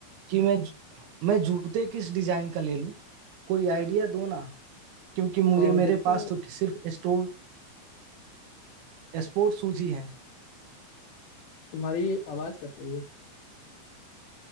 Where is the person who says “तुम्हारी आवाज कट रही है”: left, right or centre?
Left